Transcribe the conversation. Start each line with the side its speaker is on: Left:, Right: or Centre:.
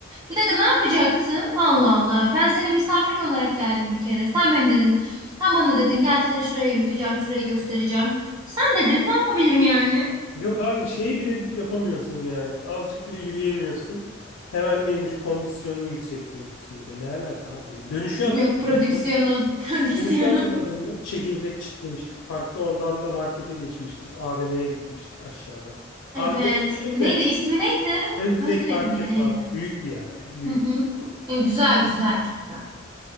Right: Bir dakika ne yapacaktım? Allah Allah. Ben senin misafirin olarak geldim bir kere. Sen beni dedin. Sen bana dedin gel seni şuraya yürüteceğim, şuraya göstereceğim. Sen dedin ne yapabilirim yani?
Left: Yok hayır şeyi bile yapamıyorsun yani. Azıcık bile yürüyemiyorsun. Hemen neymiş kondisyonun yüksek diyormuşsun bir de. Ne alaka abi? Dönüşü hatırladın
Right: <laughs> Yok prodüksiyonum,
Left: mı?
Right: <laughs> prodüksiyonum.
Left: Dönüşü hatırladın mı? Çekirdek çitlemiştik. Parkta oradan da markete geçmiştik. AVM'ye gitmiştik aşağıda.
Right: Evet.
Left: AVM'de değilim
Right: Neydi
Left: de
Right: ismi neydi?
Left: Özdilek
Right: Özdirek
Left: Market
Right: miydi neydi?
Left: vardı. Büyük bir yer yani. Büyük
Right: Hı hı. Ya, güzel güzel çok güzel.